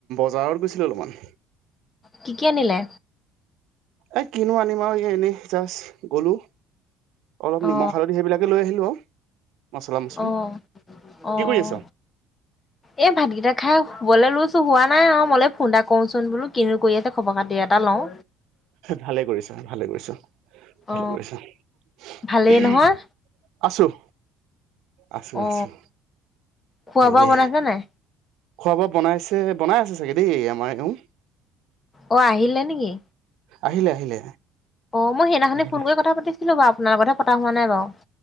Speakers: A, on the right (about 60°); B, on the left (about 20°).
A: বজাৰত গৈছিলোঁ অলপমান
B: কি কি আনিলে
A: এ কিনো আনিম আৰু ই এনেই জাষ্ট গলো অলপ
B: অ
A: নিমখ হালধি সেইবিলাকে লৈ আহিলো আৰু মছলা মছলি
B: অ অহ
A: কি কৰি আছ
B: এই ভাতকেইটা খাই শুবলে লৈছো হোৱা নাই অ মলে ফোন এটা কৰোচোন বোলো কিনো কৰি আছে খবৰ খাতি এটা লওঁ
A: ভালে কৰিছা ভালে কৰিছা ভালে
B: অ
A: কৰিছা উমহ
B: ভালেই নহয়
A: আছো আছো
B: অ
A: আছো
B: খোৱা
A: হেৰি
B: বোৱা বনাইছে নাই
A: খোৱা বোৱা বনাইছে বনাই আছে চাগে দেই আমাৰ এওঁ
B: অ আহিলে নেকি
A: আহিলে আহিলে
B: অ মই সেইনাখনি
A: আহিলে
B: ফোন কৰি কথা পাতিছিলো বাও আপোনাৰ লগতহে পতা হোৱা নাই বাও